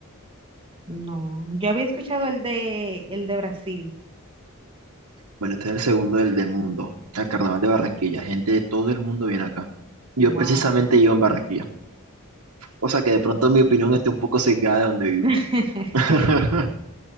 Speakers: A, on the right; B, on the right.
A: No. Yo había escuchado el de el de Brasil.
B: Bueno, este es el segundo del, del mundo, el Carnaval de Barranquilla. Gente de todo el mundo viene acá. Yo
A: Wow.
B: precisamente vivo en Barranquilla. O sea que de pronto mi opinión esté un poco sesgada de donde vivo.
A: <laughs>
B: <laughs>